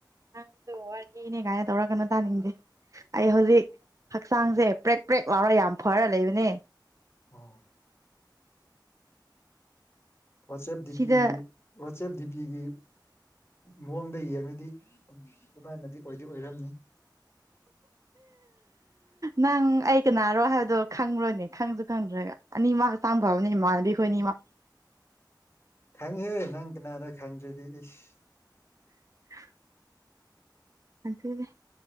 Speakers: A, on the right; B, on the left.
A: ꯅꯪꯁꯨ ꯋꯥꯔꯤꯅꯦ ꯀꯥꯏꯅ ꯇꯧꯔꯛꯀꯅꯣ ꯇꯥꯅꯤꯡꯗꯦ ꯑꯩ ꯍꯧꯖꯤꯛ ꯍꯛꯆꯥꯡꯖꯦ ꯄ꯭ꯔꯦꯛ ꯄ꯭ꯔꯦꯛ ꯂꯥꯎꯔꯒ ꯌꯥꯝ ꯐꯔ ꯂꯩꯕꯅꯦ
B: ꯑꯣ ꯋꯥꯆꯦꯞ ꯗꯤꯄꯤꯒꯤ
A: ꯁꯤꯗ
B: ꯋꯥꯆꯦꯞ ꯗꯤꯄꯤꯒꯤ ꯃꯑꯣꯡꯗ ꯌꯦꯡꯉꯗꯤ ꯑꯗꯥꯏꯅꯗꯤ ꯑꯣꯏꯗꯤ ꯑꯣꯏꯔꯝꯅꯤ <inaudible>
A: ꯅꯪ ꯑꯩ ꯀꯅꯥꯔꯣ ꯍꯥꯏꯕꯗꯣ ꯈꯪꯕꯔꯅꯦ ꯈꯪꯖꯨ ꯈꯪꯗ꯭ꯔꯒ ꯑꯅꯤꯃꯛ ꯍꯛꯆꯥꯡ ꯐꯕꯅꯦ ꯏꯃꯥꯟꯅꯕꯤ ꯑꯩꯈꯣꯏꯅꯤꯃꯛ
B: ꯈꯪꯍꯦ ꯅꯪ ꯀꯅꯥꯔ ꯈꯪꯗ꯭ꯔꯗꯤ ꯏꯁ
A: <unintelligible> ꯑꯟꯊꯨꯗ